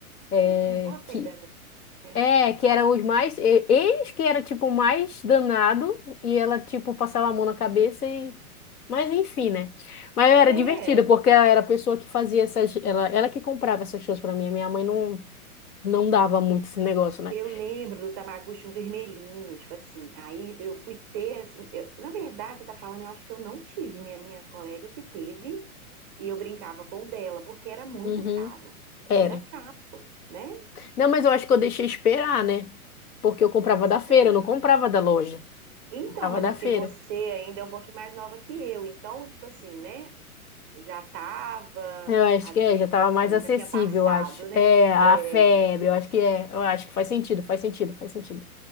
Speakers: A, on the left; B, on the right.
A: É,
B: É, vou ter
A: que
B: dessas, né?
A: É, que eram os mais. e- Eles que era tipo o mais danado e ela tipo passava a mão na cabeça e. Mas enfim, né? Mas era
B: É.
A: divertido porque ela era a pessoa que fazia essas. Ela, ela que comprava essas coisas pra mim. Minha mãe não, não dava muito esse negócio, né?
B: Eu lembro do Tamagotchi um vermelhinho, tipo assim. Aí eu fui ter, assim, eu- na verdade, você tá falando, eu acho que eu não tive, minha minha colega que teve, e eu brincava com o dela, porque era muito
A: Uhum.
B: caro.
A: Era.
B: Era caro, né?
A: Não, mas eu acho que eu deixei esperar, né? Porque eu comprava
B: Vocês-
A: da feira,
B: ah,
A: eu não comprava da loja.
B: Então,
A: Comprava
B: mas
A: da
B: é porque
A: feira.
B: você ainda é um pouquinho mais nova que eu, então, tipo assim, né? Já tava,
A: Eu acho
B: às
A: que é,
B: vezes,
A: já tava
B: assim,
A: mais acessível,
B: já tinha passado,
A: eu acho.
B: né?
A: É, a
B: É,
A: febre, eu acho que é. Eu acho que faz sentido, faz sentido, faz sentido.